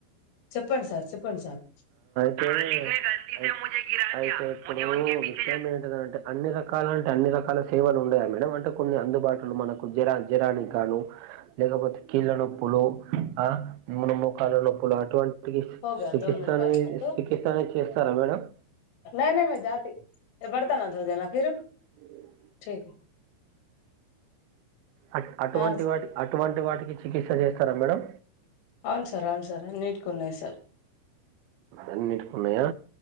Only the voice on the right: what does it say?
ఇప్పుడు అయిత్ అయితే ఇప్పుడు విషయం ఏన్టిదంటే అన్ని రకాల అంటే అన్ని రకాల సేవలు ఉండయా మేడం అంటే కొన్ని అందుబాటులో మనకు జరా జరానికి గాను లేకపోతే కీళ్ళ నొప్పులు ఆహ్ మన మోకాాల నొప్పులు అటువంట్ చికి
చికిత్స
అనే
చికిత్స అనే చేస్తారా మేడమ్
<inaudible>
అట్ అటువంటి
వాటి అటువంటి వాటికి చికిత్స చేస్తారా మేడం
అన్నిటిక్కున్నయా